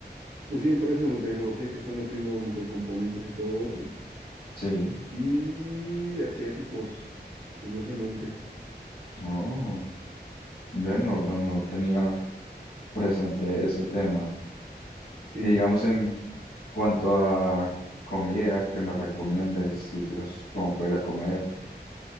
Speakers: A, on the right; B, on the left.
A: pues sí, empresas de tecnología que están haciendo microcomponentes y todo eso,
B: Sí,
A: y asiáticos, curiosamente.
B: oh, bueno, no, no no tenía presente ese tema.
A: Sí,
B: Y digamos en cuanto a comida, que me recomiendes sitios como para ir a comer.